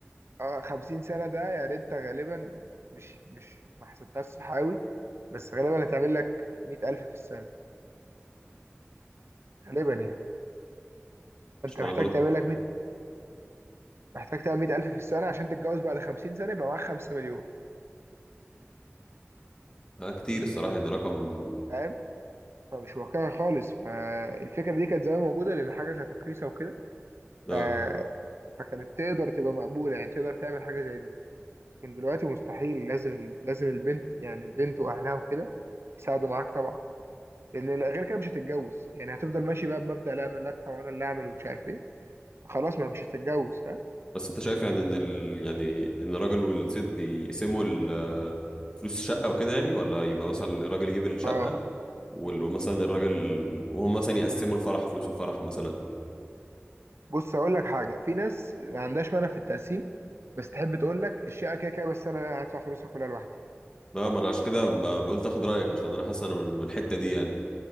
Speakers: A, on the right; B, on the left.
A: اه 50 سنة ده يعني انت غالبا مش مش ما حسبتهاش صح قوي بس غالبا هتعمل لك 100000 في السنة غالبا يعني انت
B: مش
A: محتاج
B: انا برضه
A: تعمل لك محتاج تبقى 100000 في السنة عشان تتجوز بعد 50 سنة يبقى معاك 5 مليون
B: آه، كتير الصراحة يعني رقم
A: فاهم فمش واقعي خالص فالفكرة دي كانت زمان موجودة لأن الحاجة كانت رخيصة وكده
B: اه
A: ف... فكانت تقدر تبقى مقبولة يعني تقدر تعمل حاجة زي دي لكن دلوقتي مستحيل لازم لازم البنت يعني البنت وأهلها وكده يساعدوا معاك طبعا لأن غير كده مش هتتجوز يعني هتفضل ماشي بقى بمبدأ لا أنا اللي أدفع وأنا اللي أعمل ومش عارف إيه خلاص ما مش هتتجوز فاهم
B: بس انت شايف يعني ان ال... يعني ان الراجل والست يقسموا ال... آه، فلوس الشقة وكده يعني ولا يبقى مثلا الراجل يجيب الشقة
A: اه
B: وال- ومثلا الراجل وهم مثلا يقسموا الفرح فلوس الفرح مثلا
A: بص اقول لك حاجه في ناس ما عندهاش مانع في التقسيم بس تحب تقول لك الشقه كده كده بس انا هدفع فلوسها كلها لوحدي
B: لا ما انا عشان كده ب- قلت اخد رايك عشان انا حاسس انا من من الحته دي يعني